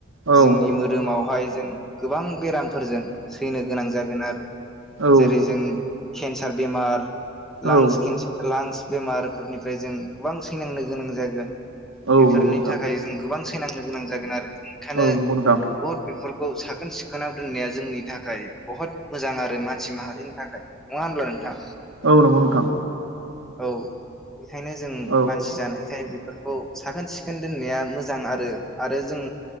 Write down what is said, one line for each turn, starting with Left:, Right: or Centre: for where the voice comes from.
Right: औ
Centre: जोंनि मोदोमावहाय जों गोबां बेरामफोरजों सैनो गोनां जागोन आरो
Right: औ
Centre: जेरै जों केन्सार बेमार लांस
Right: औ
Centre: लांस बेमारफोरनिफ्राय जों गोबां सैनांनो गोनां जागोन
Right: औ
Centre: बेफोरनि
Right: नंगौ नोंथां
Centre: थाखाय जों गोबां फायनांनो गोनां जागोन आरो बेखायनो
Right: औ नंगौ नोंथां
Centre: बहुद बेफोरखौ साख साखोन सिखोनाव दोननाया जोंनि थाखाय बहुत मोजां आरो मानसि माहारिनि थाखाय नङा होनब्ला नोंथां।
Right: औ नंगौ नोंथां
Centre: औ बेखायनो जों
Right: औ
Centre: मानसि जानाय बेखाय बेफोरखौ साखोन सिखोन दोननाया मोजां आरो आरो जों